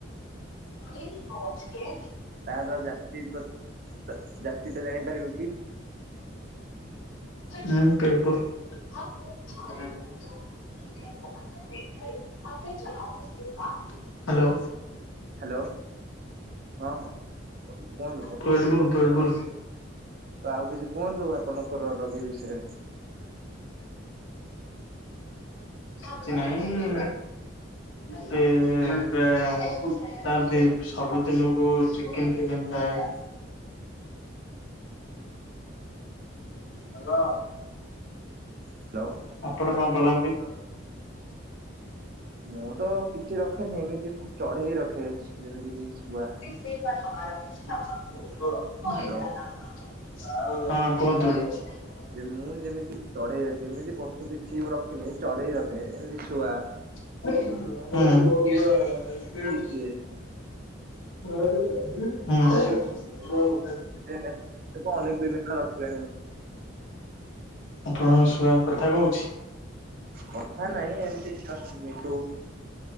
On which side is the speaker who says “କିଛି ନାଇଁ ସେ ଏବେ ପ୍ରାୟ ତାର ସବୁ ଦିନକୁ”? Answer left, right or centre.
Left